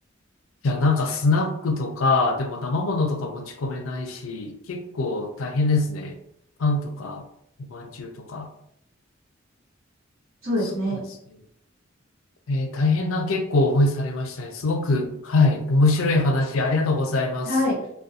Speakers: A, on the left; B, on the right.
A: いや、なんかスナックとか、でも生ものとか持ち込めないし、結構大変ですね。パンとか、おまんじゅうとか。
B: そうですね。
A: そうですね。えー大変な結構思いされましたね。すごく、はい、面白い話ありがとうございます。
B: はい。